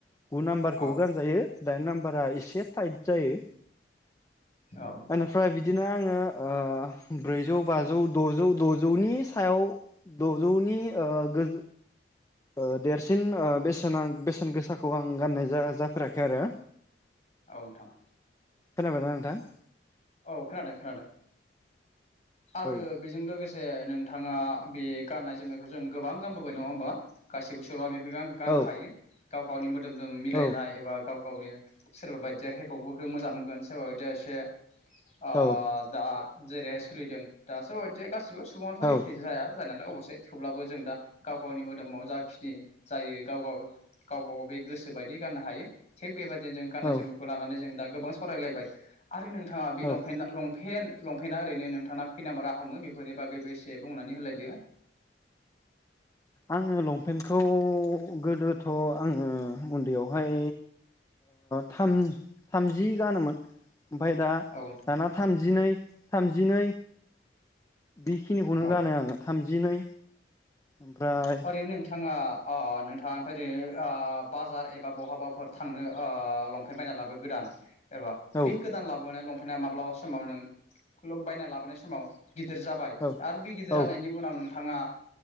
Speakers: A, on the left; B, on the left.
A: गु नाम्बारखौबो
B: औ
A: गानजायो दाइन नाम्बार बारा एसे टाइट जायो।
B: औ
A: आंनिफ्राय बिदि बिदिनो आङो ओ ब्रैजौ बाजौ द'जौ द'जौनि सायाव द'जौनि ओ गो ओ देरसिन बेसेन बेसेन गोसाखौ आं गाननाय जाया जाफेराखै आरो।
B: औ नोंथां।
A: खोनाबायना नोंथां?
B: औ खोनादों खोनादों। आरो
A: औ
B: बेजों लोगोसे नोंथाङा बे गाननाय जोमनायखौ जों गोबां गानबोबाय नङा होमबा गासिबो सुबुंआनो गान गानखायो।
A: ओ
B: गाव गावनि मो मोदोमदों मिलायनाय
A: औ
B: एबा गाव गावनि सोरबा बायदिया हेपहपफोरखौ मोजां मोनगोन सोरबा बायदिया एसे ओ
A: औ
B: दा जेरैहाय जों दासो अदजेक गासिबो सुबुङाथ'
A: औ
B: एखे जाया जानायालाय अब'से थेवब्लाबो जों दा गाव गावनि मोदोमाव जाखिनि जायो गाव गाव गावबा गाव बे गोसो बायदि गाननो हायो थिग बेबायदि जे जों गाननाय
A: औ
B: जोमनायखौ लानानै जों दा गोबां सावरायलायबाय आरो नों नोंथाङा बे
A: औ
B: लंपेन्टआ लं पेन्ट लंपेन्आ ओरैनो नों थाना खै नाम्बारा हामो बेफोरनि बागैबो एसे बुंनानै होलायदो
A: आङो लंपेन्टखौ गोदोथ' आङो उन्दैयावहाय थाम थामजि गानोमोन ओमफ्राय दा
B: औ नोंथां
A: दाना थामजिनै थामजिनै बेखिनिखौनो
B: औ
A: गानो आङो थामजि दिनै ओमफ्राय
B: ओरैनो नोंथाङा नोंथाङा ओमफ्राय दिनै बाजार एबा बहाबाफोर थांनो लंफायन् बायना लाबो गोदान एबा
A: औ
B: बे गोदान लाबोनाया लं ओमफ्रायाया माब्लाबा समाव नोंलक बायना लाबोनाय समाव गिदिर जाबाय
A: औ
B: आरो बे गिदिर जानायनि
A: औ
B: उनाव नोङो थाङा